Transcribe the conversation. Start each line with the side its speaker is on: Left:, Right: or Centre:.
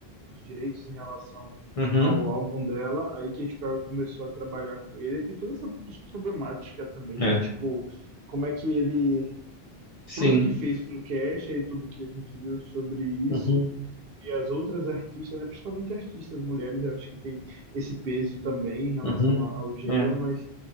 Right: o- os direitos em relação
Left: uhum,
Right: ao álbum dela. Aí Katy Perry começou a trabalhar com ele. Tem toda essa problemática também
Left: é,
Right: de tipo como é que ele
Left: sim.
Right: fez o que fez com Kesha e tudo que a gente viu sobre isso.
Left: Uhum,
Right: E as outras artistas, né, principalmente artistas mulheres, eu acho que tem esse peso também em relação
Left: uhum.
Right: a- ao gênero,
Left: né?
Right: mas